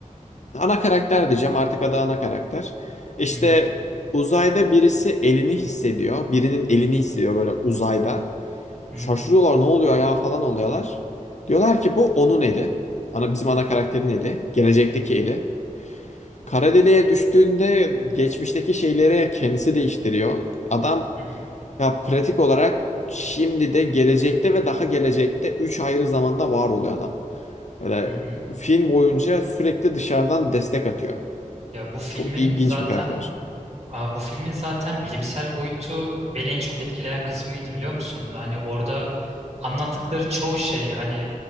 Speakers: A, on the left; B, on the right.
A: Ana karakter diyeceğim artık adı ana karakter. İşte
B: Hı hı.
A: uzayda birisi elini hissediyor. Birinin elini hissediyor böyle uzayda.
B: Hı
A: Şaşırıyorlar
B: hı.
A: ne oluyor ya falan oluyorlar. Diyorlar ki bu onun eli. Ana, bizim ana karakterin eli. Gelecekteki eli. Kara deliğe düştüğünde geçmişteki şeyleri kendisi değiştiriyor. Adam
B: Hı hı.
A: ya pratik olarak şimdi de gelecekte ve daha gelecekte 3 ayrı zamanda var oluyor adam. Böyle
B: Hı hı.
A: film boyunca sürekli dışarıdan destek atıyor.
B: Ya bu filmin
A: Çok ilginç
B: zaten
A: bir karakter.
B: Aa, bu filmin zaten bilimsel boyutu beni en çok etkileyen kısmıydı biliyor musun? Hani orada anlattıkları çoğu şey hani